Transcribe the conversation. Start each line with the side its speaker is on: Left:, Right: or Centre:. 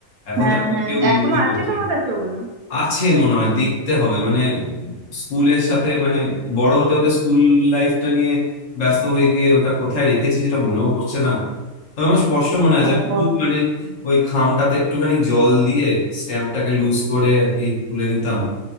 Left: এখন
Right: হ্যাঁ
Left: তার
Right: হ্যাঁ
Left: কেউ
Right: তা
Left: ইউজই
Right: এখনো আছে
Left: করছে
Right: তোমার কাছে ওগুলো
Left: আছে মনে হয় দেখতে হবে মানে স্কুলের সাথে মানে বড় হতে হতে স্কুল লাইফটা নিয়ে ব্যস্ত হয়ে গিয়ে ওটা কোথায় রেখেছি সেটা মনেও পড়ছে না তবে আমার স্পষ্ট মনে
Right: ও
Left: আছে আমি খুব মানে ওই খামটাতে একটুখানি জল দিয়ে স্ট্যাম্পটাকে লুজ করে আর কি তুলে নিতাম